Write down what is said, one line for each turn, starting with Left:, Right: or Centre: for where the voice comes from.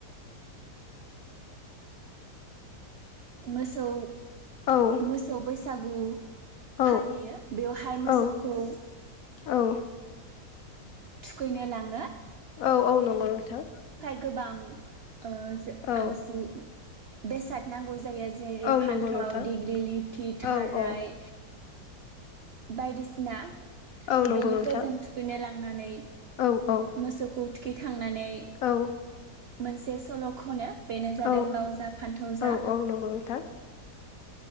Right: मोसौ
Left: औ
Right: मोसौ बैस <unintelligible>
Left: औ
Right: फालियो बेवहाय मोसौखौ
Left: औ औ
Right: थुखैनोलाङो
Left: औ औ नंगौ नोंथां
Right: गोबां ओ जो
Left: औ
Right: आगजु बेसाद नांगौ जायो जेरै
Left: औ
Right: फान्थाव
Left: नंगौ नोंथां
Right: दिडिग्रि लिरथि थाराइ
Left: औ औ
Right: बायदिसिना
Left: औ नंगौ
Right: बेनिफ्राय
Left: नोंथां
Right: जों थुखैनो लां नानै
Left: औ औ
Right: मोसौखौ थुख <unintelligible> <unintelligible>
Left: औ
Right: मोनसे सल' खनो बेनो जादों
Left: औ
Right: लाव जा फान्थाव जा
Left: औ औ नंगौ नोंथां